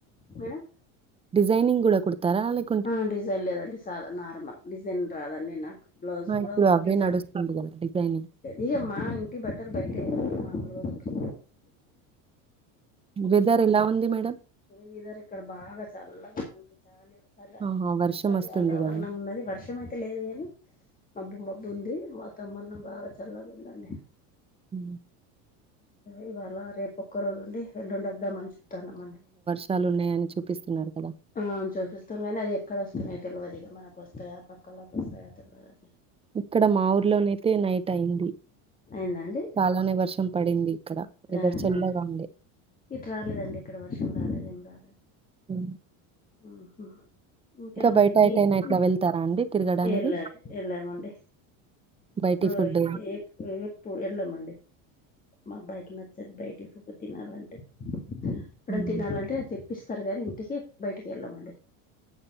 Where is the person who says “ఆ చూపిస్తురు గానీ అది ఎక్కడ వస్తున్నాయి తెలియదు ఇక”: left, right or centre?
Left